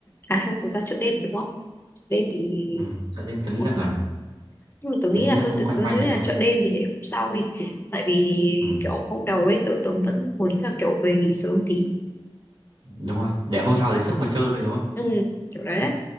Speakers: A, on the left; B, on the right.
A: à không thực ra chợ đêm đúng không chợ đêm thì
B: ừ, chợ đêm tớ nghĩ
A: Ủa
B: là
A: mà
B: gần
A: nhưng mà tớ nghĩ
B: tớ nghĩ
A: là
B: là
A: thôi
B: cũng
A: tớ,
B: quanh
A: tớ
B: quanh
A: nghĩ là
B: đấy thôi
A: chợ đêm thì để hôm sau đi tại vì
B: ừ,
A: kiểu hôm đầu ấy tớ, tớ vẫn muốn là kiểu về nghỉ sớm tí
B: đúng rồi để hôm sau lấy sức mà chơi đúng không
A: ừ kiểu đấy đấy